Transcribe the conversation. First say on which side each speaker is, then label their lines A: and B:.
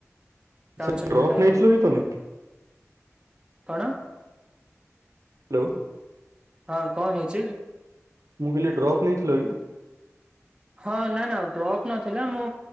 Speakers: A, on the right; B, on the right.
A: କାଉନସେଲିଂ
B: ଆଛା ରକ
A: ପାଇଁ
B: ନାଇଠ
A: ଆଉ
B: ଲ ବିି ତମେ?
A: କଣ?
B: ହ୍ୟାଲୋ
A: ହଁ କଣ ହେଇଛି?
B: ମୁଁ କହିଲି ଡ୍ରପ୍ ନେଇଥିଲ କି?
A: ହଁ ନା ନା ଡ୍ରପ୍ ନଥିଲା ମୁଁ